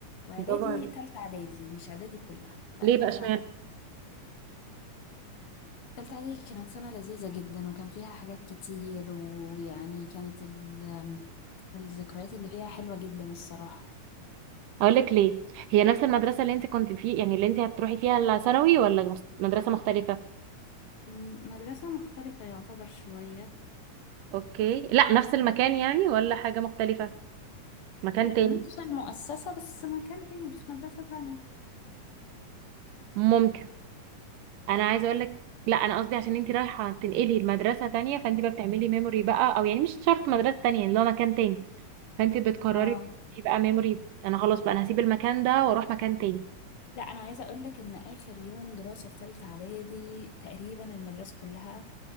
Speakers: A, on the left; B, on the right.
A: واعدادي
B: برافو عليك
A: تالتة اعدادي مش اعدادي كلها لا
B: ليه بقى
A: تالتة
B: اشمعنى
A: اعدادي بس. تالتة اعدادي كانت سنة لذيذة جدا وكان فيها حاجات كتير ويعني كانت ال... الذكريات اللي فيها حلوة جدا الصراحة
B: اقول لك ليه هي نفس المدرسه اللي انت كنت فيه يعني اللي انت هتروحي فيها الثانوي ولا مس- مدرسه مختلفه
A: مم، مدرسة مختلفة يعتبر شوية
B: اوكي لا نفس المكان يعني ولا حاجة مختلفة مكان
A: ل-
B: تاني
A: نفس المؤسسة بس مكان تاني بس مدرسة تانية
B: ممكن انا عايزه اقول لك لا انا قصدي عشان انت رايحه تنقلي لمدرسه تانية فانت بقى بتعملي ميموري بقى او يعني مش شرط مدرسه تانية يعني لو مكان تاني فانت بتقرري
A: اه
B: بقى ميموري انا خلاص بقى انا هسيب المكان ده واروح مكان تاني
A: لا انا عايزه اقول لك ان اخر يوم دراسه في ثالثه اعدادي تقريبا المدرسه كلها